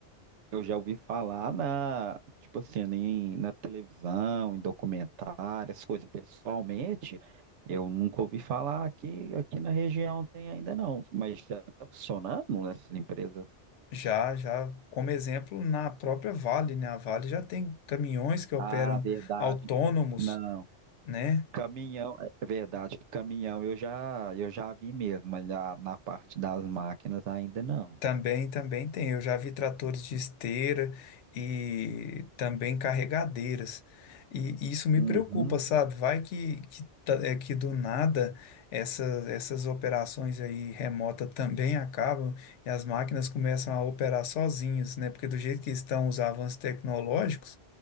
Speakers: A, on the right; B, on the left.
A: eu já ouvi falar na, tipo assim, em, na televisão, em documentário, essas coisas. Pessoalmente, eu nunca ouvi falar que aqui na região tem ainda não, mas já está funcionando nessas empresas.
B: Já, já, como exemplo, na própria Vale, né? A Vale já tem caminhões que operam
A: Ah, verdade.
B: autônomos,
A: Não,
B: né?
A: caminhão, é verdade, caminhão eu já, eu já vi mesmo, mas na, na parte das máquinas ainda não.
B: Também, também tem. Eu já vi tratores de esteira e também carregadeiras. E, e isso me
A: Uhum.
B: preocupa, sabe? Vai que, que, ta- é que do nada essa, essas operações aí remota também acabam e as máquinas começam a operar sozinhas, né? Porque do jeito que estão os avanços tecnológicos,